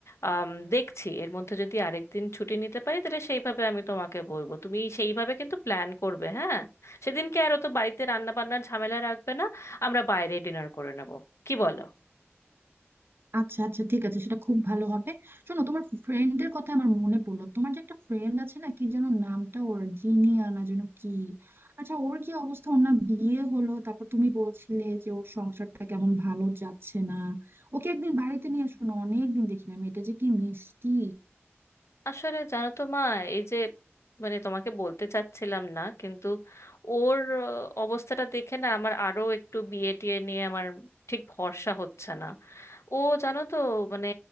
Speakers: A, on the left (about 80°); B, on the right (about 55°).
A: আম, দেখছি এর মধ্যে যদি আরেকদিন ছুটি নিতে পারি তাহলে সেইভাবে আমি তোমাকে বলবো তুমি সেইভাবে কিন্তু প্ল্যান করবে হ্যাঁ সেদিনকে আর অত বাড়িতে রান্না বান্নার ঝামেলা রাখবে না আমরা বাইরে ডিনার করে নেব কি বলো
B: আচ্ছা আচ্ছা ঠিক আছে সেটা খুব ভালো হবে শোনো তোমার ফ্রেন্ডের কথা আমার মনে পড়লো তোমার যে একটা ফ্রেন্ড আছে না কি যেন নামটা ওর জিনিয়া না যেন কি আচ্ছা ওর কি অবস্থা ওর না বিয়ে হলো তারপর তুমি বলছিলে যে ওর সংসারটা কেমন ভালো যাচ্ছে না ওকে একদিন বাড়িতে নিয়ে আসো না অনেকদিন দেখি না মেয়েটা যে কি মিষ্টি
A: আসলে জানো তো মা এই যে মানে তোমাকে বলতে চাচ্ছিলাম না কিন্তু ওর আহ, অবস্থাটা দেখে না আমার আরো একটু বিয়ে টিয়ে নিয়ে আমার ঠিক ভরসা হচ্ছে না ও জানো তো মানে